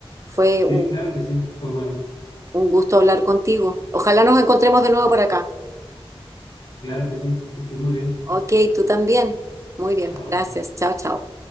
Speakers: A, on the right; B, on the left.
A: Fue
B: Sí,
A: un
B: claro que sí. Pues bueno,
A: Un gusto hablar contigo. Ojalá nos encontremos de nuevo por acá.
B: claro que sí. Que estés muy bien.
A: Ok, tú también. Muy bien,
B: Chao.
A: gracias. Chao, chao.